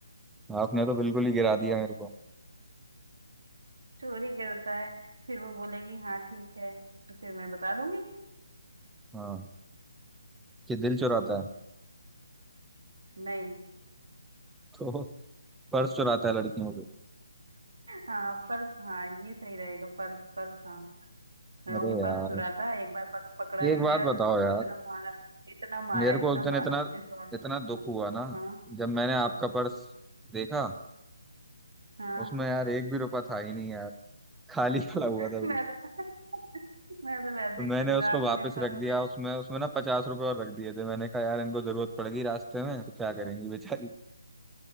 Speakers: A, in the centre; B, on the right (about 80°).
A: आपने तो बिल्कुल ही गिरा दिया मेरे को
B: चोरी करता है फिर वो बोलेगी हाँ ठीक है तो फिर मैं बता दूंगी
A: हाँ कि दिल चुराता है
B: नहीं
A: तो पर्स चुराता है लड़कियों के
B: हाँ पर्स हाँ ये सही रहेगा पर्स पर्स हाँ मैं
A: अरे
B: कहूंगी
A: यार
B: पर्स चुराता है एक बार पक, पकड़ा भी
A: एक
B: गया
A: बात बताओ
B: था तो उसको
A: यार
B: इतना मारा इतना मारा
A: मेरे
B: इतना
A: को उस दिन
B: मारा
A: इतना
B: पुलिस वाले
A: इतना दुख
B: हाँ
A: हुआ ना
B: हाँ
A: जब मैंने आपका पर्स देखा
B: हाँ
A: उसमें यार एक भी रुपया था ही नहीं यार खाली <laughs> पड़ा हुआ
B: <laughs>
A: था
B: मैं तो मैं तो वैसे
A: तो मैंने
B: ही कंगाल
A: उसको वापस
B: हूँ मेरे
A: रख
B: पास
A: दिया
B: तो-
A: उसमें उसमें ना पचास रुपए और रख दिए थे मैंने कहा यार इनको जरूरत पड़ेगी रास्ते में तो क्या करेंगी बेचारी